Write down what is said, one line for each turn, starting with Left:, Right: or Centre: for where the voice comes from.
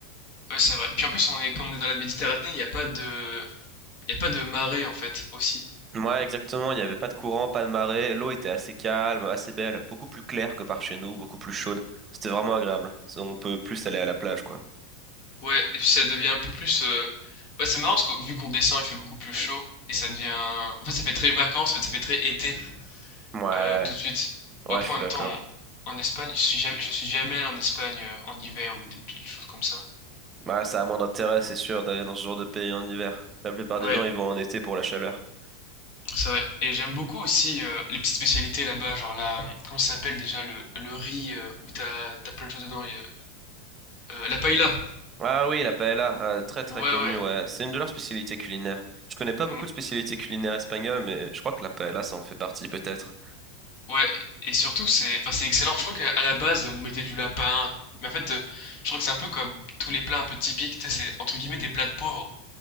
Left: Ouais, c'est vrai. Puis en plus, on est, comme on est dans la Méditerranée, il n'y a pas de, il y a pas de marée en fait, aussi.
Right: Ouais, exactement. Il n'y avait pas de courant, pas de marée. L'eau était assez calme, assez belle, beaucoup plus claire que par chez nous, beaucoup plus chaude. C'était vraiment agréable. On peut plus aller à la plage, quoi.
Left: Ouais, et puis ça devient un peu plus... euh, Ouais, c'est marrant, parce que vu qu'on descend, il fait beaucoup plus chaud, et ça devient... En fait, ça fait très vacances, en fait, ça fait très été.
Right: Ouais,
Left: Euh, tout de suite.
Right: ouais,
Left: Bon, après,
Right: je suis
Left: en même
Right: d'accord.
Left: temps, en, Espagne, je suis jamais, je suis jamais allé en Espagne euh, en hiver ou des, toutes choses comme ça.
Right: Bah, ça a moins d'intérêt, c'est sûr, d'aller dans ce genre de pays en hiver. La plupart des
Left: Ouais,
Right: gens, ils vont en été pour la chaleur.
Left: c'est vrai. Et j'aime beaucoup aussi euh, les petites spécialités là-bas, genre la, comment ça s'appelle déjà, le, le riz euh, où t'as, t'as plein de choses dedans. il y a- euh, la paella.
Right: Ah oui, la paella, euh, très très
Left: Ouais,
Right: connue,
Left: ouais.
Right: ouais. C'est une de leurs spécialités culinaires. Je connais pas beaucoup
Left: Mm,
Right: de spécialités culinaires espagnoles, mais je crois que la paella, ça en fait partie peut-être.
Left: Ouais. Et surtout, c'est, enfin, c'est excellent. Je crois qu'à à la base, on mettait du lapin. Mais en fait, euh, je crois que c'est un peu comme tous les plats un peu typiques. Tu sais, c'est entre guillemets des plats de pauvres